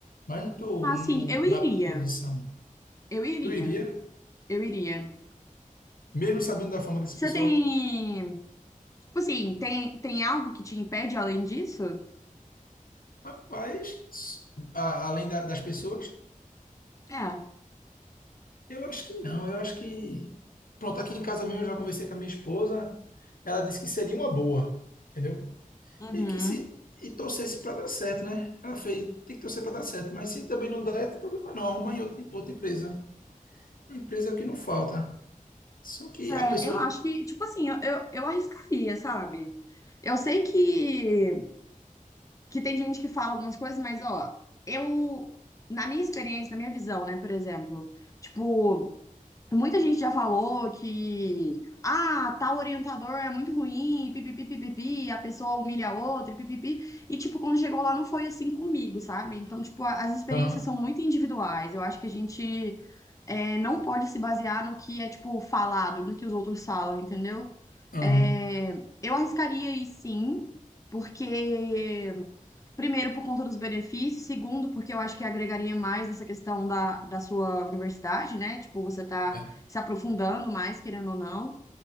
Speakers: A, on the left (about 85°); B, on the left (about 25°).
A: mas não estou
B: Ah, sim, eu iria.
A: na produção.
B: Eu iria.
A: Tu iria,
B: Eu iria.
A: mesmo sabendo da fama desse
B: Você
A: pessoal?
B: tem. Tipo assim, tem, tem algo que te impede além disso?
A: Rapaz, a- além da- das pessoas,
B: É.
A: eu acho que não. Eu acho que. Pronto, aqui em casa mesmo eu já conversei com a minha esposa, ela disse que seria uma boa, entendeu?
B: Uhum.
A: E que se e torcesse para dar certo, né? Ela fez, tem que torcer para dar certo, mas se também não der, tem problema não, arruma em outra, outra empresa. Empresa é o que não falta. Só que
B: Sério,
A: a pessoa.
B: eu acho que, tipo assim, eu, eu, eu arriscaria, sabe? Eu sei que, que tem gente que fala algumas coisas, mas, ó, eu, na minha experiência, na minha visão, né, por exemplo, tipo, muita gente já falou que, ah, tal orientador é muito ruim, pipipi, pipipi, a pessoa humilha a outra, pipipi, e, tipo, quando chegou lá não foi assim comigo, sabe? Então, tipo, a- as experiências
A: Aham,
B: são muito individuais, eu acho que a gente é, não pode se basear no que é, tipo, falado, no que os outros falam, entendeu?
A: aham,
B: É, eu arriscaria ir sim, porque, primeiro, por conta dos benefícios, segundo, porque eu acho que agregaria mais essa questão da, da sua universidade, né? Tipo, você tá
A: é,
B: se aprofundando mais, querendo ou não.